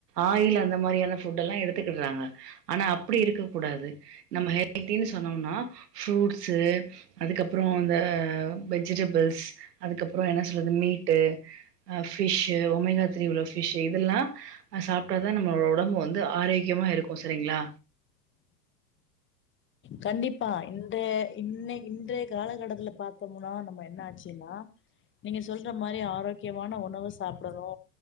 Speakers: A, on the right (about 70°); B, on the left (about 25°).
A: ஆயில் அந்த மாதிரியான ஃபுட்டெல்லா எடுத்துக்கிட்றாங்க ஆனா அப்டி இருக்கக் கூடாது நம்ம ஹெல் த்தின்னு சொன்னோம்னா ஃப்ரூட்ஸ்ஸு அதுக்கப்பற அந்த வெஜிடபிள்ஸ் அதுக்கப்பற என்ன சொல்றது மீட்டு அ ஃபிஷ்ஷு ஒமேகா த்ரீ உள்ள ஃபிஷ் இதெல்லா அ சாப்ட்டாதா நம்மளோட ஒடம்பு வந்து ஆரோக்கியமாயிருக்கு சரிங்களா
B: கண்டிப்பா இந்த இன்ன இன்றைய காலகட்டத்துல பாத்தோமுனா நம்ம என்னாச்சுன்னா நீங்க சொல்ற மாரி ஆரோக்கியமான உணவு சாப்டணு